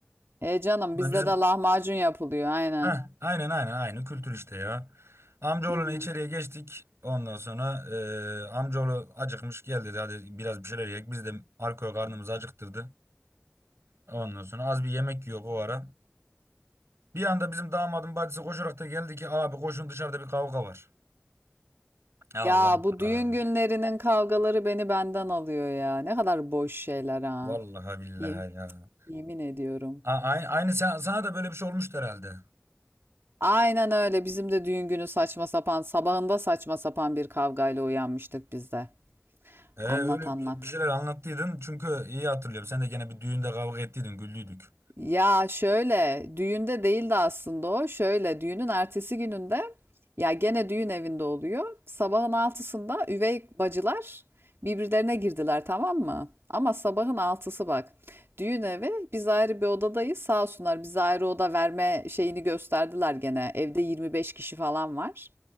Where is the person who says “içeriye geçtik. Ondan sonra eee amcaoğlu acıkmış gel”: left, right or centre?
Right